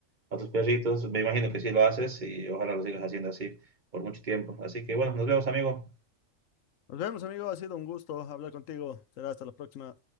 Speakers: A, on the right (about 40°); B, on the left (about 85°).
A: a tus perritos. Me imagino que sí lo haces y ojalá lo sigas haciendo así por mucho tiempo. Así que bueno, nos vemos, amigo.
B: Nos vemos, amigo. Ha sido un gusto hablar contigo. Será hasta la próxima.